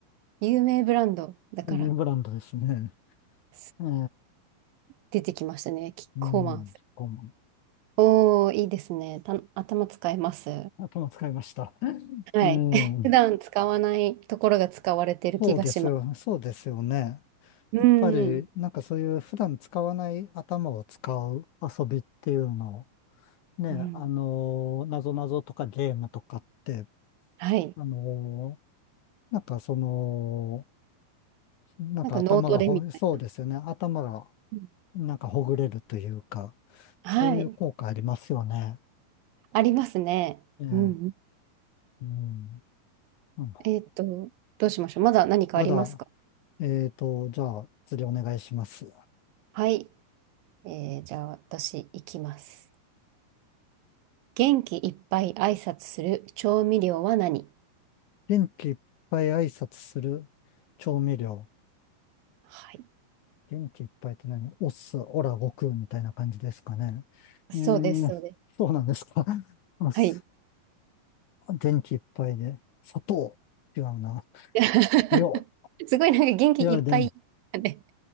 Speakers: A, on the right (about 75°); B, on the left (about 65°).
A: 有名ブランドだから。
B: 有名ブランドですね。
A: す
B: ええ、
A: 出てきましたね。キッコーマン。
B: うん。顧問。
A: おー、いいですね。た、頭使います。
B: 頭使いました。
A: はい。
B: うん。
A: <laughs> 普段使わないところが使われてる気がします。
B: そうですよね。そうですよね。
A: うん。
B: やっぱり、なんかそういう普段使わない頭を使う遊びっていうのを、ね、
A: うん。
B: あの、なぞなぞとかゲームとかって、
A: はい。
B: あの、なんかその、なんか頭がほ、
A: なんか脳トレみたいな。
B: そうですよね。頭が
A: うん
B: なんかほぐれるというか、
A: はい。
B: そういう効果ありますよね。
A: ありますね。
B: ええ、
A: うん。
B: うん。うん
A: えっと、どうしましょう。まだ何かありますか
B: まだ、えーと、じゃあ次お願いします。
A: はい。えーじゃあ私、行きます。元気いっぱい挨拶する調味料は何
B: 元気いっぱい挨拶する調味料。
A: はい。
B: 元気いっぱいって何おっす、オラ、悟空みたいな感じですかね。
A: そうです、
B: うーん、
A: そうです。
B: そうなんですか。<laughs> おっす。
A: はい。
B: 元気いっぱいで。砂糖。違うな。
A: <laughs>
B: よ。
A: すごいなんか元気いっぱい。
B: いやで、
A: ね、